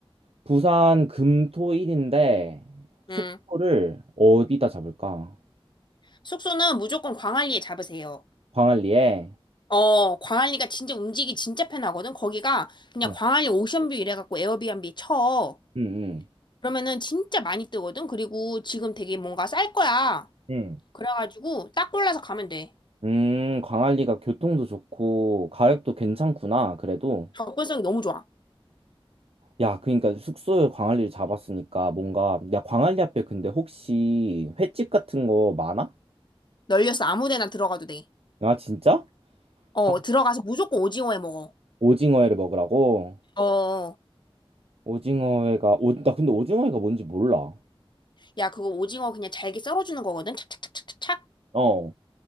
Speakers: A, on the right; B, on the left.
A: 부산 금, 토, 일인데, 숙소를
B: 음,
A: 어디다 잡을까?
B: 숙소는 무조건 광안리에 잡으세요.
A: 광안리에?
B: 어, 광안리가 진짜 움직이기 진짜 편하거든. 거기가 그냥
A: 응,
B: 광안리 오션뷰 이래갖고 에어비앤비 쳐.
A: 응. 응.
B: 그러면은 진짜 많이 뜨거든. 그리고 지금 되게 뭔가 쌀 거야.
A: 응.
B: 그래가지고 딱 골라서 가면 돼.
A: 음, 광안리가 교통도 좋고 가격도 괜찮구나. 그래도
B: 접근성이 너무 좋아.
A: 야, 그러니까 숙소에 광안리를 잡았으니까 뭔가 야, 광안리 앞에 근데 혹시 횟집 같은 거 많아?
B: 널려서 아무 데나 들어가도 돼.
A: 아, 진짜?
B: 어,
A: 아,
B: 들어가서 무조건 오징어 해 먹어.
A: 오징어회를 먹으라고?
B: 어.
A: 오징어회가 오, 나 근데 오징어회가 뭔지 몰라.
B: 야, 그거 오징어 그냥 잘게 썰어주는 거거든? 착착착착착.
A: 어.